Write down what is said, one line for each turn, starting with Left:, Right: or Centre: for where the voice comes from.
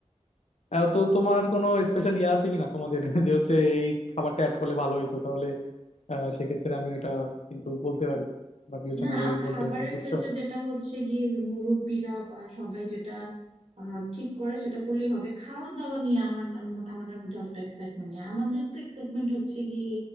Left: আহ, তো তোমার কোনো স্পেশাল ইয়ে আছে কিনা তোমাদের <laughs> যে হচ্ছে এই খাবারটা অ্যাড করলে ভালো হইতো তাহলে আহ, সেক্ষেত্রে আমি ওটা কিন্তু বলতে পারি বা বিবেচনা
Right: না
Left: করে
Right: খাবারের
Left: বলতে পারি বুঝছো
Right: ক্ষেত্রে যেটা হচ্ছে গিয়ে মুরব্বিরা বা সবাই যেটা আহ, ঠিক করে সেটা করলেই হবে খাওয়া দাওয়া নিয়ে আমার আমার- আমাদের মধ্যে অতটা এক্সাইটমেন্ট নেই আমাদের তো এক্সাইটমেন্ট হচ্ছে গিয়ে